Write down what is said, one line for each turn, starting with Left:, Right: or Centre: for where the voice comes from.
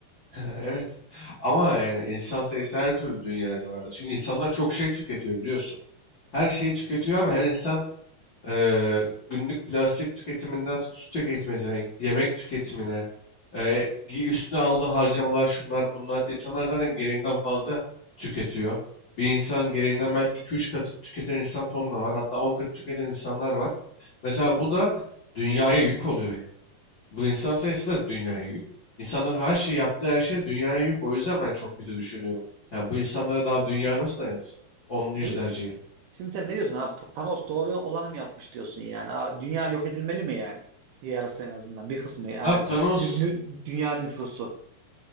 Left: Evet. Ama yani insan sayısı her türlü dünyaya zararlı. Çünkü insanlar çok şey tüketiyor biliyorsun. Her şeyi tüketiyor ama her insan eee, günlük plastik tüketiminden tut su tüketimine, yemek tüketimine, eee, gi- üstüne aldığı harcamalar şunlar bunlar. İnsanlar zaten gereğinden fazla tüketiyor. Bir insan gereğinden belki 2-3 katı tüketen insan tonla var. Hatta 10 katı tüketen insanlar var. Mesela bu da dünyaya yük oluyor yani. Bu insan sayısı da dünyaya yük. İnsanların her şey yaptığı her şey de dünyaya yük. O yüzden ben çok kötü düşünüyorum. Yani bu insanlara daha dünya nasıl dayansın? Onun yüzlerce
Right: Ne,
Left: yıl.
Right: şimdi sen ne diyorsun abi? Ta- Thanos doğru olanı mı yapmış diyorsun yani? Ha, dünya yok edilmeli mi yani? Yarısı en azından bir kısmı yani
Left: Abi Thanos,
Right: nü- nü- dünya nüfusu.